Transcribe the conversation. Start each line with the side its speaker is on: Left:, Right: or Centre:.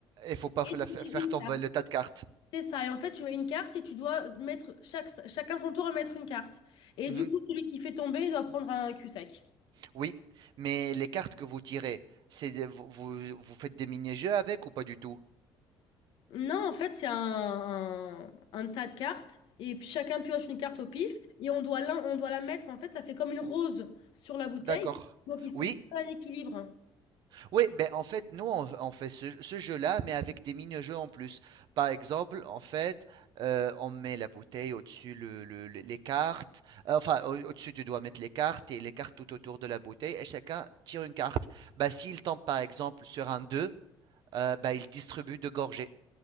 Right: Il faut pas
Left: et
Right: fa- la fa-
Left: tu
Right: faire
Left: mets une
Right: tomber
Left: carte.
Right: le tas de cartes.
Left: C'est ça. Et en fait, tu mets une carte et tu dois mettre chaque, chacun son tour à mettre une carte. Et
Right: Mhm.
Left: du coup, celui qui fait tomber, il doit prendre un cul-sec.
Right: Oui, mais les cartes que vous tirez, c'est des- vous, vous- vous faites des mini-jeux avec ou pas du tout?
Left: Non, en fait, c'est un, un, un tas de cartes et puis chacun pioche une carte au pif et on doit, l'un- on doit la mettre. En fait, ça fait comme une rose sur la bouteille.
Right: D'accord.
Left: Donc, il faut
Right: Oui,
Left: trouver un équilibre.
Right: oui, ben en fait, nous, on, on fait ce, ce jeu-là, mais avec des mini-jeux en plus. Par exemple, en fait, euh, on met la bouteille au-dessus le, le- le- les cartes. Euh, Enfin, au- au-dessus, tu dois mettre les cartes et les cartes tout autour de la bouteille, et chacun tire une carte. Bah, s'il tombe, par exemple, sur un 2, euh, bah, il distribue deux gorgées.